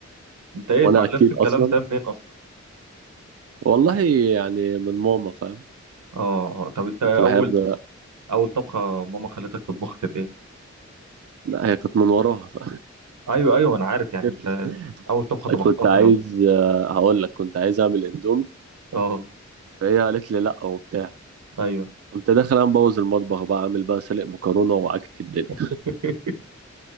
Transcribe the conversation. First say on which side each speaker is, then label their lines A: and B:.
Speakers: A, on the right; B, on the right.
A: <laughs>
B: انت ايه
A: وانا
B: اتعلمت
A: اكيل
B: الكلام
A: اصلا
B: ده منين اصلا
A: والله يعني من ماما فاهم
B: اه آه. طب انت اول
A: كنت بحب
B: اول طبخه ماما خلتك تطبخها كانت ايه
A: لا هي كانت من وراها ف...
B: ايوه ايوه انا عارف يعني
A: <laughs>
B: انت اول طبخه طبختها
A: كنت
B: في
A: عايز
B: العموم
A: آه، هقول لك كنت عايز اعمل اندومي
B: اه
A: فهي قالت لي لا وبتاع
B: ايوه
A: قمت داخل انا مبوظ المطبخ بقى عامل بقى سلق مكرونه وعكك الدنيا
B: <laughs>